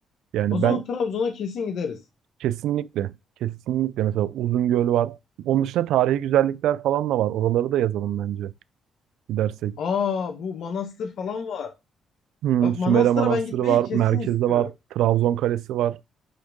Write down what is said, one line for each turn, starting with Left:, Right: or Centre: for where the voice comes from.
Right: Yani
Left: O zaman
Right: ben
Left: Trabzon'a kesin gideriz.
Right: kesinlikle, kesinlikle mesela Uzungöl var. Onun dışında tarihi güzellikler falan da var. Oraları da yazalım bence gidersek.
Left: Aa bu Manastır falan var.
Right: Hmm,
Left: Bak
Right: Sümele
Left: Manastır'a
Right: Manastırı
Left: ben gitmeyi
Right: var,
Left: kesin
Right: merkezde
Left: istiyorum.
Right: var, Trabzon Kalesi var.